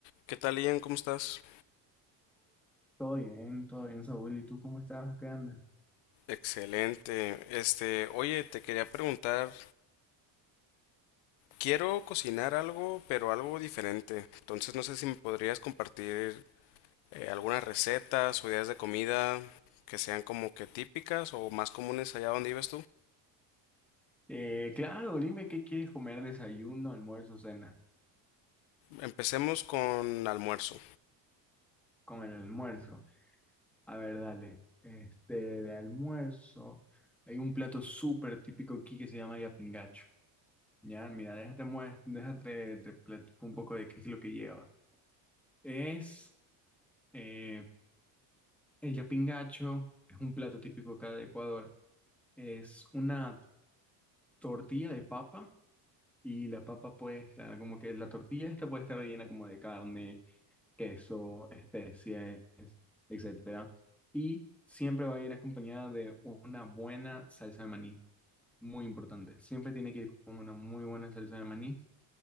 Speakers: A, on the left; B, in the centre.
A: ¿Qué tal, Ian? ¿Cómo estás?
B: Todo bien, todo bien, Saúl. ¿Y tú cómo estás? ¿Qué andas?
A: Excelente. Este, oye, te quería preguntar, quiero cocinar algo, pero algo diferente. Entonces, no sé si me podrías compartir eh, algunas recetas o ideas de comida que sean como que típicas o más comunes allá donde vives tú.
B: Eh, claro, dime qué quieres comer, desayuno, almuerzo, cena.
A: Empecemos con almuerzo.
B: Con el almuerzo. A ver, dale. Este, de almuerzo, hay un plato súper típico aquí que se llama yapingacho. Ya, mira, déjate, muest- déjate, te platico un poco de qué es lo que lleva. Es eh, el yapingacho, es un plato típico acá de Ecuador. Es una tortilla de papa Y la papa puede estar como que la tortilla esta puede estar rellena como de carne, queso, especies etcétera. Y siempre va a ir acompañada de una buena salsa de maní, muy importante. Siempre tiene que ir con una muy buena salsa de maní,